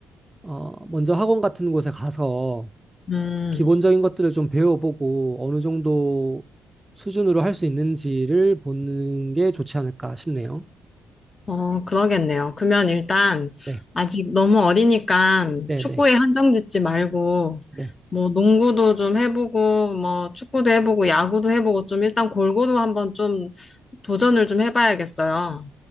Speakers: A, on the right (about 15°); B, on the left (about 25°).
A: 어, 먼저 학원 같은 곳에 가서
B: 음.
A: 기본적인 것들을 좀 배워보고 어느 정도 수준으로 할 수 있는지를 보는 게 좋지 않을까 싶네요.
B: 어, 그러겠네요. 그러면 일단
A: 네,
B: 아직 너무 어리니까
A: 네,
B: 축구에
A: 네,
B: 한정 짓지 말고
A: 네,
B: 뭐 농구도 좀 해보고 뭐 축구도 해보고 야구도 해보고 좀 일단 골고루 한번 좀 도전을 좀 해봐야겠어요.